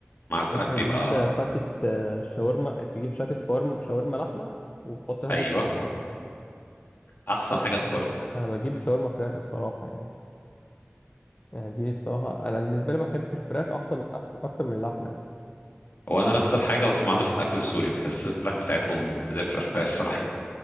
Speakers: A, on the left (about 60°); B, on the left (about 35°).
A: مع الفراخ
B: انت بتجيب
A: بيبقى
B: فتة آه، شاورما بتجيب فتة فارم شاورما لحمه وتحط لها
A: ايوه
B: دبس رمان
A: احسن
B: انا
A: حاجه تاكلها
B: أنا بجيب شاورما فراخ الصراحه يعني يعني دي الصراحة أنا بالنسبة لي بحب الفراخ أحسن من أحسن أكتر من اللحمة يعني
A: هو انا نفس الحاجه بس ما عدا في الاكل السوري بحس الفراخ بتاعتهم زفره شويه الصراحه